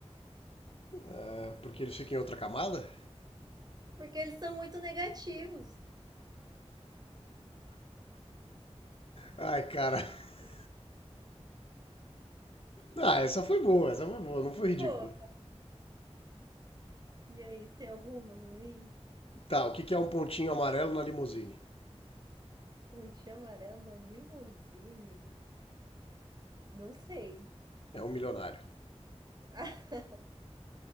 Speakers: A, on the left; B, on the right.
A: é porque eles ficam em outra camada?
B: Porque eles são muito negativos.
A: Ai, cara. <laughs> Ah, essa foi boa, essa foi boa, não foi ridícula.
B: Pô, e aí, você tem alguma pra mim?
A: Tá, o que que é um pontinho amarelo na limusine?
B: Pontinho amarela, na limusine? Não sei.
A: É um milionário.
B: <laughs>